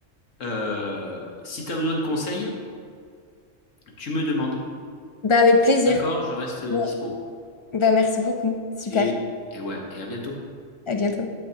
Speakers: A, on the left; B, on the left.
A: euh, si tu as besoin de conseils, tu me demandes.
B: Bah, avec plaisir.
A: D'accord? Je reste
B: Ouais.
A: dispo.
B: Bah, merci beaucoup. Super.
A: Et, et ouais, et à bientôt.
B: À bientôt.